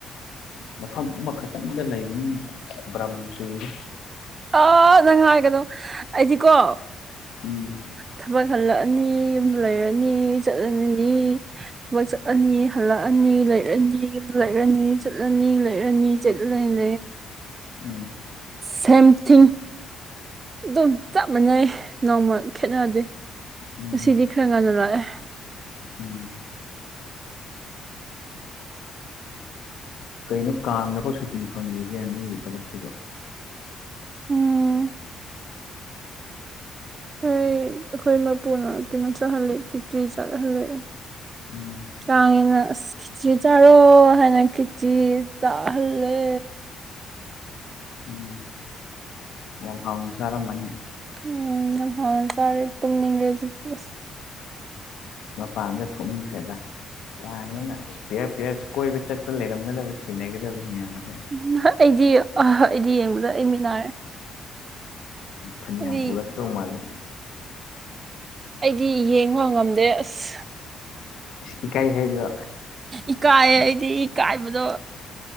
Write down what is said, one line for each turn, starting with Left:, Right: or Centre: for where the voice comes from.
Left: ꯃꯐꯝ ꯑꯃꯈꯛꯇꯪꯗ ꯂꯩꯕꯅꯤꯅ ꯕ꯭ꯔꯝ ꯆꯨꯏꯗ
Right: ꯑꯥ ꯅꯪ ꯍꯥꯏꯒꯅꯨ ꯑꯩꯗꯤꯀꯣ
Left: ꯎꯝ
Right: ꯊꯕꯛ ꯍꯜꯂꯛꯑꯅꯤ ꯌꯨꯝꯗ ꯂꯩꯔꯅꯤ ꯆꯠꯂꯂꯅꯤ ꯊꯕꯛ ꯆꯠꯂꯅꯤ ꯍꯜꯂꯛꯑꯅꯤ ꯂꯩꯔꯅꯤ ꯌꯨꯝꯗ ꯂꯩꯔꯅꯤ ꯆꯠꯂꯅꯤ ꯂꯩꯔꯅꯤ ꯆꯠ ꯂꯩ <unintelligible>
Left: ꯑꯝ
Right: ꯁꯦꯝ ꯊꯤꯡ ꯑꯗꯨꯝ ꯆꯞ ꯃꯥꯟꯅꯩ ꯅꯣꯡꯃ ꯈꯦꯠꯅꯗꯦ
Left: ꯎꯝ
Right: ꯉꯁꯤꯗꯤ ꯈꯔ ꯉꯟꯅ ꯂꯥꯛꯑꯦ
Left: ꯎꯨꯝ ꯀꯩꯅꯣ ꯀꯥꯡꯗꯐꯥꯎ ꯁꯨꯇꯤ ꯐꯪꯗ꯭ꯔꯤꯁꯦ ꯅꯣꯢꯒꯤ ꯊꯕꯛꯁꯤꯕꯨ
Right: ꯎꯨꯝ ꯈꯣꯏ ꯑꯩꯈꯣꯏ ꯃꯄꯨꯅ ꯀꯩꯅꯣ ꯆꯥꯍꯜꯂꯦ ꯈꯦꯆ꯭ꯔꯤ ꯆꯥꯍꯜꯂꯦ
Left: ꯎꯨꯝ
Right: ꯀꯥꯡꯒꯤꯅ ꯑꯁ ꯈꯤꯆ꯭ꯔꯤ ꯆꯥꯔꯣ ꯍꯥꯏꯅ ꯈꯤꯆꯤ ꯆꯥꯍꯜꯂꯦ
Left: ꯎꯨꯝ ꯌꯥꯝ ꯍꯥꯎꯅ ꯆꯥꯔꯝꯃꯅꯤ
Right: ꯎꯝ ꯌꯥꯝ ꯍꯥꯎꯅ ꯆꯥꯔꯦ ꯇꯨꯝꯅꯤꯡꯉꯦ ꯍꯧꯖꯤꯛꯇꯤ ꯑꯁ
Left: ꯃꯄꯥꯟꯗ ꯊꯣꯛꯅꯤꯡꯈ꯭ꯔꯦꯗ ꯀꯥꯡꯅꯦꯅ ꯏꯁ ꯄꯤꯌꯔ ꯄꯤꯌꯔ ꯀꯣꯏꯕ ꯆꯠꯄ ꯂꯩꯔꯝꯒꯗꯕ ꯊꯦꯡꯅꯒꯗꯕ ꯃꯌꯥꯝꯁꯦ
Right: ꯎꯝ ꯑꯥ ꯑꯩꯗꯤ ꯑꯍꯥ ꯑꯩꯗꯤ ꯌꯦꯡꯕꯗ ꯑꯩ ꯃꯤꯠ ꯅꯥꯔꯦ
Left: ꯐꯅꯌꯥꯝ
Right: ꯍꯥꯏꯗꯤ
Left: ꯎꯔꯛꯇꯧ ꯃꯥꯜꯂꯦ
Right: ꯑꯩꯗꯤ ꯌꯦꯡꯕ ꯉꯝꯗ꯭ꯔꯦ ꯑꯁ
Left: ꯏꯁ ꯏꯀꯥꯏ ꯍꯥꯏꯗ꯭ꯔꯣ
Right: ꯏꯀꯥꯏꯌꯦ ꯑꯩꯗꯤ ꯏꯀꯥꯏꯕꯗꯣ